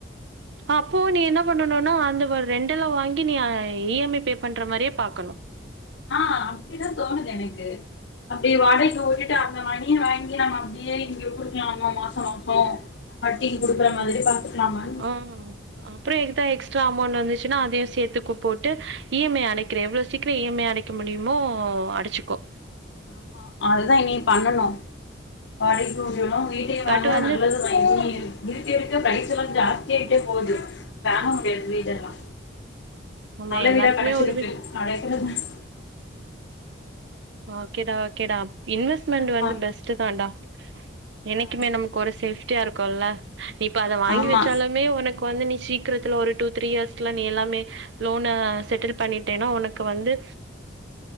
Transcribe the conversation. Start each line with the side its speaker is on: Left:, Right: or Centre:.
Right: அப்போ நீ என்ன பண்ணணுனா அந்த ஒரு ரெண்டல வாங்கி நீ இ எம் ஐ பே பண்ற மாரியே பாக்கணு
Left: ஆ அப்டிதா தோணுது எனக்கு அப்டியே வாடகைக்கு உட்டுட்டு அந்த மணிய வாங்கி நம்ம அப்டியே இங்க குடுக்கலாமோ மாச மாச வட்டிக்கு குடுக்குற
Right: ம்.
Left: மாரி பாத்துக்கலாமான்
Right: ஆ அப்ற எங்குட்டா எக்ஸ்ட்ரா அமௌண்ட் வந்துச்சுன்னா அதையு சேத்துக்கு போட்டு இ எம் ஐ அடைக் அப்ற எவ்ளோ சீக்கிர இஎம்ஐ அடைக்க முடியுமோ அடச்சுக்கோ
Left: ஆமா அதுதா இனி பண்ணனு வாடகைக்கு உடனு வீட்டயு வாங்குனா
Right: பட் வந்து
Left: நல்லது இன்னு இருக்க இருக்க பிரைஸ் எல்லா ஜாஸ்தியா ஆயிட்டே போது வாங்க முடியாது வீடெல்லா
Right: நம்ம
Left: நல்ல
Right: எல்லாருக்குமே
Left: வீடா கெடச்சிருக்கு
Right: ஒரு வி
Left: அடைக்கனு பாஸ்
Right: ஓகேடா ஓகேடா இன்வெஸ்ட்மென்ட்
Left: ஆமா
Right: வந்து பெஸ்ட் தான்டா
Left: ஆ
Right: என்னைக்குமே நமக்கு
Left: சரி
Right: ஒரு
Left: சரி
Right: சேஃப்டியா இருக்குல்ல இப்ப அத வாங்கி
Left: ஆமா
Right: வச்சாலு உன்னயே உனக்கு வந்து நீ சீக்கிரத்துல ஒரு டூ த்ரீ இயர்ஸ்ல நீ எல்லாமே லோன செட்டில் பண்ணிட்டேன்னா உனக்கு வந்து